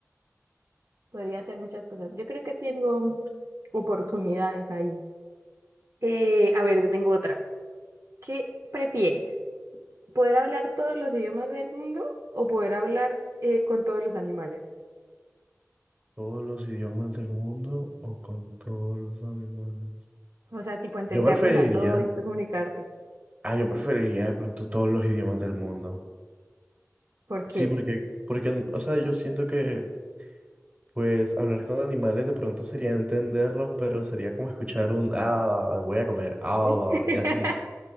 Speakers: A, on the right (about 70°); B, on the right (about 25°).
A: podría hacer muchas cosas. Yo creo que tengo oportunidades ahí. Eh, a ver, te tengo otra. ¿Qué prefieres? ¿Poder hablar todos los idiomas del mundo o poder hablar eh, con todos los animales?
B: todos los idiomas del mundo o con todos los animales.
A: O sea, tipo entenderlos
B: Yo preferiría,
A: a todos y tú comunicarte.
B: ah, yo preferiría de pronto todos los idiomas del mundo.
A: ¿Por
B: Sí,
A: qué?
B: porque, porque, o sea, yo siento que, pues, hablar con animales de pronto sería entenderlos, pero sería como escuchar un, ah, va, va, va, voy a comer, ah, va,
A: <laughs>
B: va, va", y así.